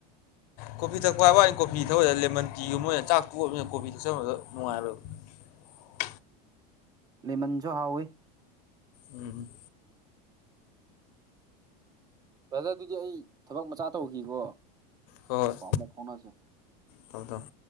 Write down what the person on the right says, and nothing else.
ꯂꯦꯃꯟꯖꯨ ꯍꯥꯎꯋꯤ
ꯕ꯭ꯔꯗꯔꯗꯨꯗꯤ ꯑꯩ ꯊꯕꯛ ꯃꯆꯥ ꯇꯧꯈꯤꯀꯣ
ꯑ ꯃꯣ ꯐꯣꯟꯁꯦ